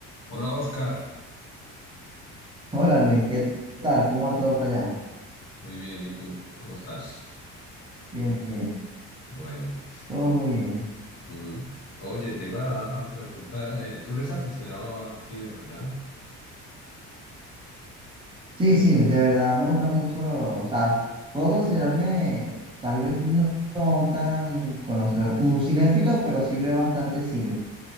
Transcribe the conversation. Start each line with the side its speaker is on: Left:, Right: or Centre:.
Left: Hola Oscar,
Right: Hola Luis, ¿qué tal? ¿Cómo va todo por allá?
Left: muy bien, ¿y tú? ¿Cómo estás?
Right: Bien, bien,
Left: Bueno,
Right: todo muy bien.
Left: mm. Oye, te iba a preguntar, eh, tú eres aficionado al cine, ¿verdad?
Right: Sí, sí, de verdad me gusta mucho, o sea, puedo considerarme tal vez no, no tan conocedor como un cinéfilo, pero sí veo bastante cine.